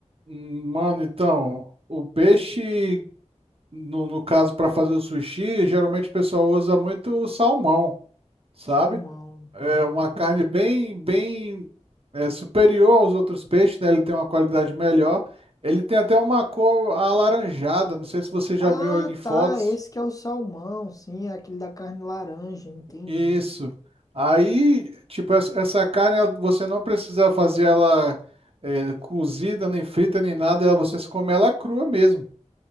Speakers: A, on the right; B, on the left.
A: Hum, Mano, então, o peixe No, no caso, para fazer o sushi, geralmente o pessoal usa muito o salmão, sabe?
B: Salmão.
A: É
B: aham.
A: uma carne bem, bem é, superior aos outros peixes, né? Ele tem uma qualidade melhor. Ele tem até uma cor alaranjada, não sei se você já
B: Ah,
A: viu em fotos.
B: tá. Esse que é o salmão, sim, é aquele da carne laranja, entendi.
A: Isso. Aí, tipo, essa essa carne ela- você não precisa fazer ela é, cozida, nem frita, nem nada. Ela, você come ela crua mesmo.